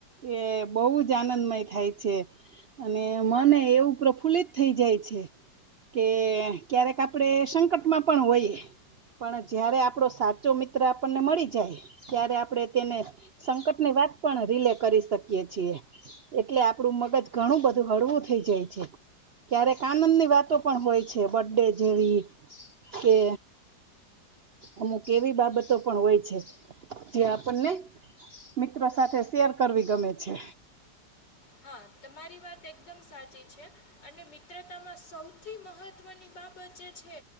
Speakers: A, on the right; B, on the left.
A: એ બહુ જ આનંદમય થાય છે, અને મને એવું પ્રફુલ્લિત થઈ જાય છે, કે ક્યારેક આપડે સંકટમાં પણ હોઈ, પણ જયારે આપો સાચો મિત્ર આપણને મળી જાય, ત્યારે આપણે તેને સંકટની વાત પણ રીલે કરી શકીએ છીએ, એટલે આપડું મગજ ઘણું બધું હળવું થઈ જાય છે, ક્યારેક આનંદ ની વાતો પણ હોય છે બ ડે જેવી કે અમુક એવી બાબતો પણ હોય છે, જે આપણને મિત્રો સાથે શેર કરવી ગમે છે.
B: હા તમારી વાત એકદમ સાચી છે અને મિત્રતામાં સૌથી મહત્વની બાબત જે છે